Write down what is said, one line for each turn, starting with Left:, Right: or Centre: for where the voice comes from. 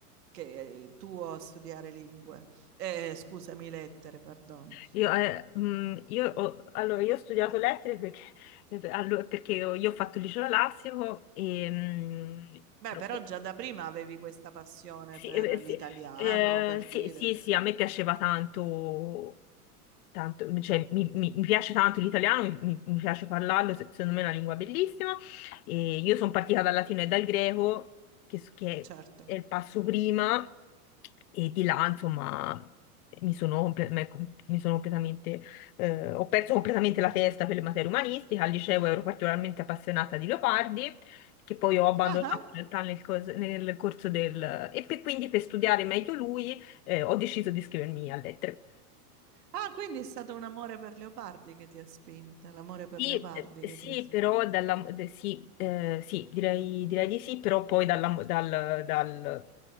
Right: che tuo a studiare lingue, eh, scusami, lettere, perdono.
Left: Io, eh, mh, io ho, allora, io ho studiato lettere perché, eh, allo- perché io, io ho fatto il liceo classico e... mh,
Right: Beh,
Left: però-
Right: però già da prima avevi questa passione
Left: sì,
Right: per
Left: eh, sì,
Right: l'italiano,
Left: eh,
Right: per dire,
Left: sì, sì, sì, a me piaceva tanto tanto, cioè, mi, mi- mi piace tanto l'italiano, mi, mi- mi piace parlarlo, se- secondo me è una lingua bellissima. E io sono partita dal latino e dal greco, che, s- che
Right: certo.
Left: è il passo prima, e di là, insomma, mi sono, comple- me- com- mi sono completamente, eh, ho perso completamente la testa per le materie umanistiche. Al liceo ero particolarmente appassionata di Leopardi. Che poi ho abbandonato
Right: Ah,
Left: in realtà nel, cos- nel corso del... E per- quindi per studiare meglio lui eh, ho deciso di iscrivermi a lettere.
Right: Ah, quindi è stato un amore per Leopardi che ti ha spinta, l'amore per
Left: Sì,
Right: Leopardi
Left: eh,
Right: che
Left: sì,
Right: ti ha spinta.
Left: però dalla, de- sì, eh, sì, direi, direi di sì, però poi dalla- dal- dal-